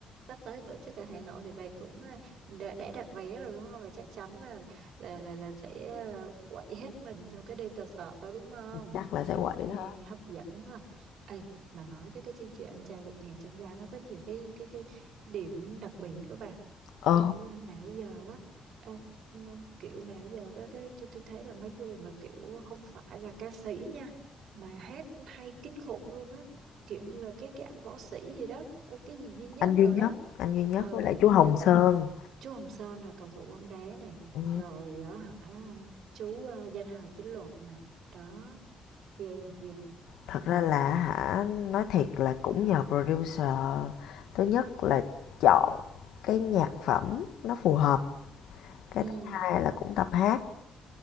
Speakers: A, on the right (about 70°); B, on the left (about 85°).
A: sắp tới tổ chức ở Hà Nội thì bà cũng à, đã, đã đặt vé rồi đúng không? Và chắc chắn là là là là sẽ à, quậy hết mình trong cái đêm concert đó đúng không?
B: chắc là
A: Trời
B: sẽ quậy
A: nghe
B: đó.
A: hấp dẫn mà. Ê, mà nói chứ cái chương trình anh trai vượt ngàn chông gai nó có nhiều cái cái cái điểm đặc biệt của bà
B: Ờ,
A: kiểu à, nào giờ á à, n- kiểu nào giờ cái cái tôi tôi thấy là mấy người mà kiểu không phải là ca sĩ nha mà hát hay kinh khủng luôn á kiểu như là cái cái anh võ sĩ gì đó ờ, cái gì duy nhất
B: anh Duy
A: rồi
B: Nhất,
A: đó
B: anh Duy Nhất
A: ờ
B: với
A: anh
B: lại
A: duy
B: chú Hồng
A: nhất
B: Sơn.
A: nè chú Hồng Sơn là cầu thủ bóng đá nè
B: Ừ.
A: rồi á hả chú à, danh hài Tiến Luật nè đó ghê không, ghê không?
B: Thật
A: ừ
B: ra là hả, nói thiệt là cũng nhờ producer. Thứ nhất là chọn cái nhạc phẩm nó phù hợp, cái
A: ừ
B: thứ hai là cũng tập hát.